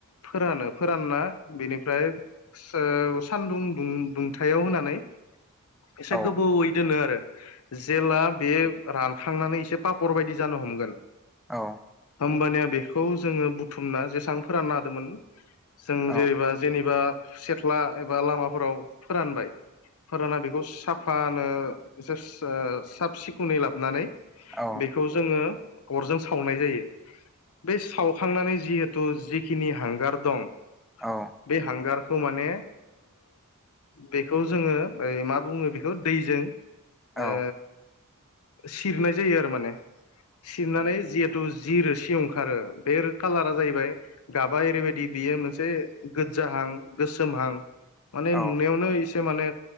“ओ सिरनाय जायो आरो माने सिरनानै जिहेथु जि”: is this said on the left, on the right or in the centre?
Left